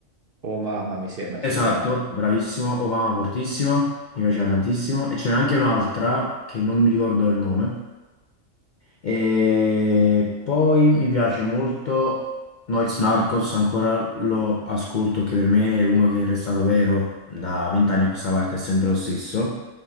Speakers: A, on the right (about 55°); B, on the left (about 60°).
A: Oh, mamma, mi sembra
B: Esatto,
A: si chiama.
B: bravissimo, Oh Mama fortissimo, mi piaceva tantissimo. E c'era anche un'altra che non mi ricordo il nome. E poi mi piace molto Noiz Narcos, ancora lo ascolto, che per me è uno che è restato vero da vent'anni a questa parte, è sempre lo stesso.